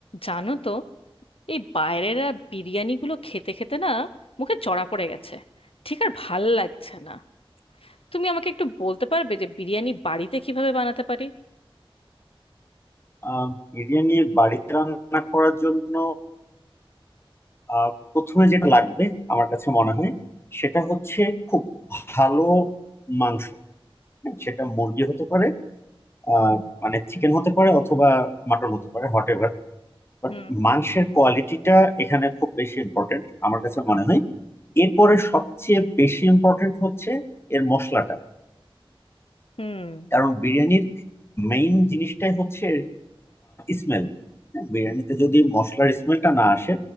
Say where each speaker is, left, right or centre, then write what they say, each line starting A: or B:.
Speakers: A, on the left (about 70°); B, on the left (about 25°).
A: জানো তো এই বাইরের আর বিরিয়ানিগুলো খেতে খেতে না মুখে চড়া পড়ে গেছে ঠিক আর ভাল লাগছে না তুমি আমাকে একটু বলতে পারবে যে বিরিয়ানি বাড়িতে কিভাবে বানাতে পারি
B: আহ বিরিয়ানি বাড়িতে রান্না করার জন্য আহ প্রথমে যেটা লাগবে আমার কাছে মনে হয় সেটা হচ্ছে খুব ভালো মাংস হ্যাঁ, সেটা মুরগি হতে পারে আহ মানে চিকেন হতে পারে অথবা মাটন হতে পারে হোয়াট এভার বাট
A: হুম
B: মাংসের কোয়ালিটিটা এখানে খুব বেশি ইম্পর্টেন্ট আমার কাছে মনে হয় এরপরে সবচেয়ে বেশি ইম্পর্টেন্ট হচ্ছে এর মশলাটা
A: হুম
B: কারণ বিরিয়ানির মেইন জিনিসটাই হচ্ছে স্মেল বিরিয়ানিতে যদি মশলার স্মেলটা না আসে